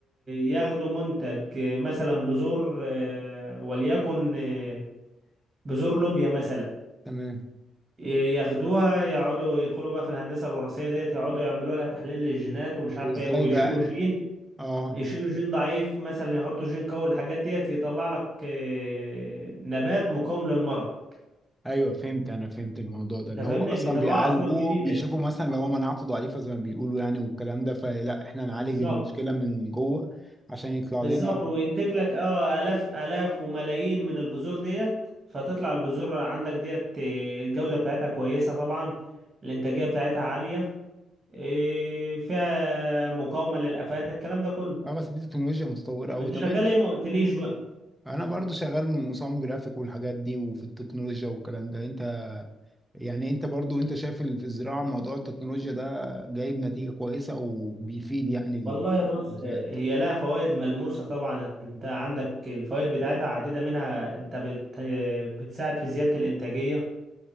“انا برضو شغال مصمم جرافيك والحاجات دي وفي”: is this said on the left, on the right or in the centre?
Centre